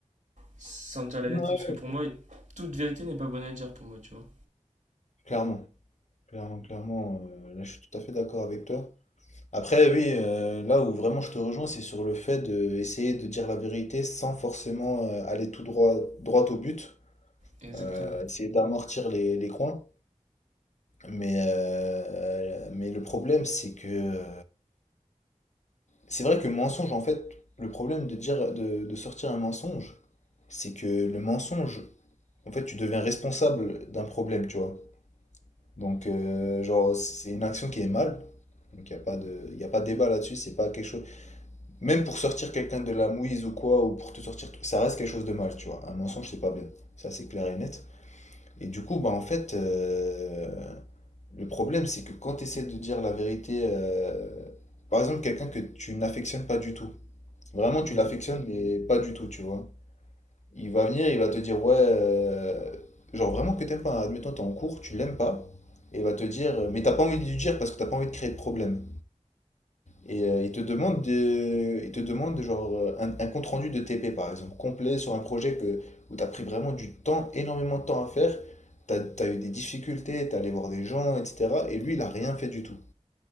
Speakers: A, on the right; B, on the left.
A: sans te dire la vérité
B: Ouais.
A: parce que pour moi toute vérité n'est pas bonne à dire pour moi, tu vois.
B: Clairement, clairement, clairement, euh, là, je suis tout à fait d'accord avec toi. Après, oui, euh, là où vraiment je te rejoins, c'est sur le fait d'essayer de dire la vérité sans forcément euh, aller tout droit, droit au but,
A: Exactement.
B: euh, essayer d'amortir les, les coins. Mais, euh, mais le problème, c'est que euh, c'est vrai que mensonge, en fait, le problème de dire, de, de sortir un mensonge, c'est que le mensonge, en fait, tu deviens responsable d'un problème, tu vois. Donc, euh, genre, c'est une action qui est mal. Donc, il n'y a pas de, y a pas de débat là-dessus, c'est pas quelque chose Même pour sortir quelqu'un de la mouise ou quoi, ou pour te sortir, ça reste quelque chose de mal, tu vois. Un mensonge, c'est pas bien. Ça, c'est clair et net. Et du coup, bah, en fait, euh, le problème, c'est que quand tu essaies de dire la vérité, euh, par exemple, quelqu'un que tu n'affectionnes pas du tout, vraiment,
A: Mhm.
B: tu l'affectionnes, mais pas du tout, tu vois. Il va venir, il va te dire, ouais, euh, genre vraiment que t'aimes pas, hein. admettons, t'es en cours, tu l'aimes pas, et il va te dire, mais t'as pas envie de lui dire parce que t'as pas envie de créer de problème. Et euh, il te demande, de, il te demande genre, euh, un, un compte-rendu de TP, par exemple, complet sur un projet que, où tu as pris vraiment du temps, énormément de temps à faire. Tu as, eu des difficultés, tu es allé voir des gens, etc. Et lui, il n'a rien fait du tout.